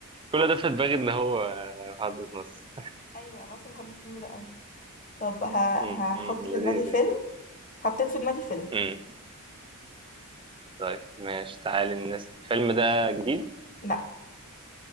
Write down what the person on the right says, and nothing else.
كل ده في دماغي ان هو آه، في حدث مصر
امم
أمم، لذيذ
يعني
امم طيب ماشي تعالي الناس الفيلم ده جديد